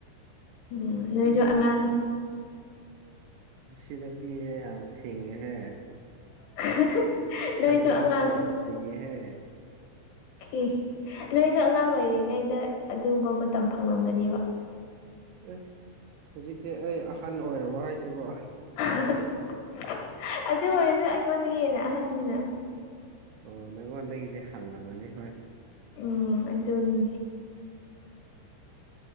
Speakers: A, on the left; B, on the right.
A: ꯎꯝ
B: ꯃꯁꯤ
A: ꯅꯣꯏꯖꯨ ꯑꯉꯥꯡ
B: ꯃꯁꯤ ꯅꯨꯄꯤꯖꯦ ꯌꯥꯝ ꯁꯤꯡꯉꯦꯍꯦ
A: <unintelligible>
B: ꯊꯥꯖꯗꯅ
A: ꯑꯉꯥꯡ
B: ꯌꯥꯝ ꯍꯩꯌꯦꯍꯦ
A: ꯈꯤ ꯅꯣꯏꯁꯨ ꯑꯉꯥꯡ ꯑꯣꯏꯔꯤꯉꯩꯗ ꯑꯗꯨꯝꯕ ꯃꯇꯝ ꯐꯪꯂꯝꯒꯅꯤꯕ
B: ꯑꯦ ꯍꯨꯖꯤꯛꯇꯤ ꯑꯩ ꯑꯥꯍꯟ ꯑꯣꯏꯔꯕꯣ ꯍꯥꯏꯁꯤꯕꯣ
A: <unintelligible> ꯑꯗꯨ ꯑꯣꯏꯔꯖꯨ ꯑꯩꯉꯣꯟꯗꯒꯤ ꯍꯦꯟꯅ ꯑꯍꯟꯅꯤꯅ
B: ꯑꯣ ꯅꯉꯣꯟꯗꯒꯤꯗꯤ ꯍꯜꯂꯝꯃꯅꯤ ꯍꯣꯏ
A: ꯎꯝ ꯑꯗꯨꯅꯤ